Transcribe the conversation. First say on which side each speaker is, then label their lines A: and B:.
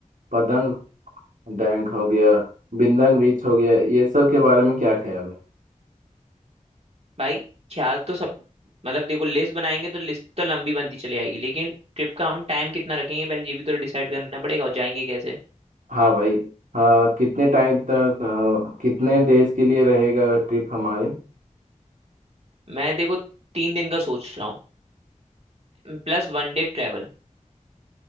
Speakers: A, on the right; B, on the right.
A: पतंग डैंक हो गया बिंदन बीच हो गया ये सब के बारे में क्या ख्याल है
B: भाई ख्याल तो सब मतलब देखो लिस्ट बनाएंगे तो लिस्ट तो लंबी बनती चली आएगी लेकिन ट्रिप का हम टाइम कितना रखेंगे पहले ये भी तो डिसाइड करना पड़ेगा और जाएंगे कैसे
A: हाँ भाई हाँ कितने टाइम तक हाँ, कितने डेज के लिए रहेगा ट्रिप हमारे
B: मैं देखो तीन दिन का सोच रहा हूँ प्लस वन डे ट्रेवल